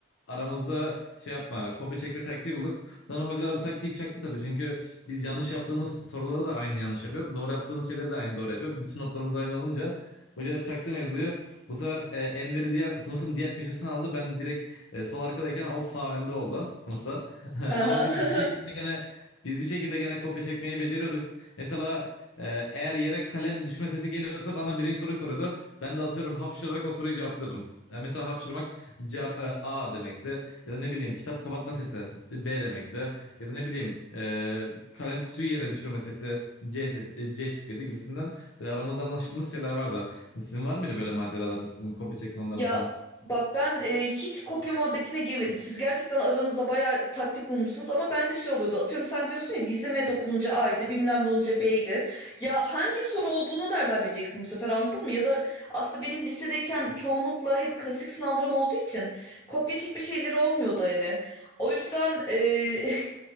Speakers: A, on the left (about 75°); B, on the left (about 20°).
A: aramızda şey yapma kopya çekme taktiği bulduk sonra hocalar bu taktiği çaktı tabii çünkü biz yanlış yaptığımız soruları da aynı yanlış yapıyoruz doğru yaptığımız şeyleri de aynı doğru yapıyoruz bütün notlarımız aynı olunca hocalar çaktı mevzuyu bu sefer e, Enver'i diğer sınıfın diğer köşesine aldı. Ben direkt e, sol arkadayken o sağ önde oldu sınıfta. <laughs>
B: Aha.
A: Ama biz
B: <laughs>
A: bir şekilde gene biz bir şekilde gene kopya çekmeyi beceriyorduk. Mesela e, eğer yere kalem düşme sesi geliyorsa bana birinci soruyu soruyordu. Ben de atıyorum hapşırarak o soruyu cevaplıyordum. E, mesela hapşırmak cevap e, A demekti. Ya da ne bileyim kitap kapatma sesi e, B demekti. Ya da ne bileyim e, kalem kutuyu yere düşürme sesi C sesi e, C şıkkıydı gibisinden. Böyle aramızda anlaşılmış şeyler vardı. Sizin var mıydı böyle maceralarınız, sizin kopya çekmeleriniz
B: Ya
A: falan?
B: bak ben e, hiç kopya muhabbetine girmedim. Siz gerçekten aranızda bayağı taktik bulmuşsunuz ama bende şey oluyordu. Atıyorum sen diyorsun ya dizime dokununca A'ydı, bilmem ne olunca B'ydi. Ya hangi soru olduğunu nereden bileceksin bu sefer anladın mı? Ya da aslında benim lisedeyken çoğunlukla hep klasik sınavlarım olduğu için kopya çekme şeyleri olmuyordu yani. O yüzden e, <laughs>